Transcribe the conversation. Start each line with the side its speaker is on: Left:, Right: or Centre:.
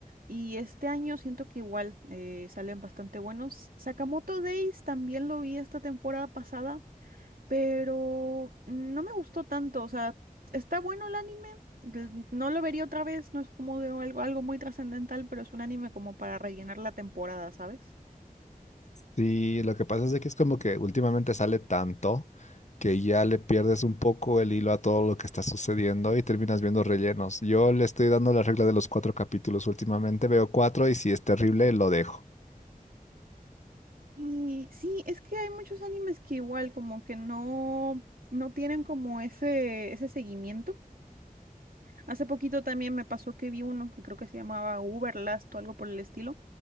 Right: y este año siento que igual eh, salen bastante buenos. Sakamoto Days también lo vi esta temporada pasada pero no me gustó tanto, o sea, está bueno el anime, l- no lo vería otra vez, no es como de algo, algo muy trascendental, pero es un anime como para rellenar la temporada, ¿sabes?
Left: Sí, lo que pasa es de que es como que últimamente sale tanto que ya le pierdes un poco el hilo a todo lo que está sucediendo y terminas viendo rellenos. Yo le estoy dando la regla de los cuatro capítulos últimamente, veo cuatro y si es terrible lo dejo.
Right: Y sí, es que hay muchos animes que igual como que no, no tienen como ese, ese seguimiento. Hace poquito también me pasó que vi uno que creo que se llamaba Uberlast o algo por el estilo,